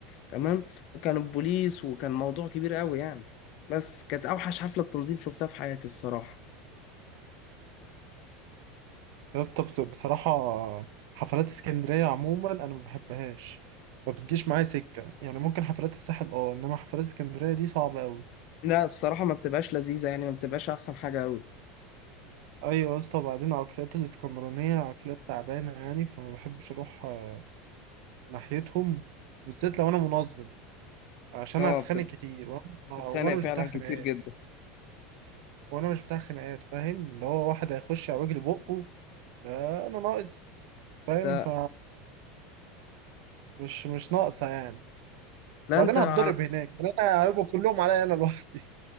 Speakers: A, on the left (about 50°); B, on the right (about 55°).
A: تمام وكان البوليس وكان موضوع كبير قوي يعني بس كانت اوحش حفلة تنظيم شفتها في حياتي الصراحة
B: يا اسطى بس- بصراحة حفلات اسكندرية عموما أنا ما بحبهاش ما بتجيش معايا سكة يعني ممكن حفلات الساحل اه إنما حفلات اسكندرية دي صعبة أوي
A: لا الصراحة ما بتبقاش لذيذة يعني ما بتبقاش احسن حاجة قوي
B: أيوة يا اسطى وبعدين عقليات الإسكندرانية عقليات تعبانة يعني فما بحبش أروح آه، ناحيتهم بالذات لو أنا منظم عشان
A: اه
B: هتخانق
A: بتبقى
B: كتير وأنا
A: بتتخانق
B: وأنا
A: فعلا
B: مش بتاع خناقات
A: كتير جدا
B: وانا مش بتاع خناقات فاهم اللي هو واحد هيخش على وجه بقه آه، انا ناقص فاهم
A: ده
B: ف مش مش ناقصه يعني
A: لا
B: وبعدين
A: انت على
B: هتضرب هناك يعني انا هيبقوا كلهم عليا انا لوحدي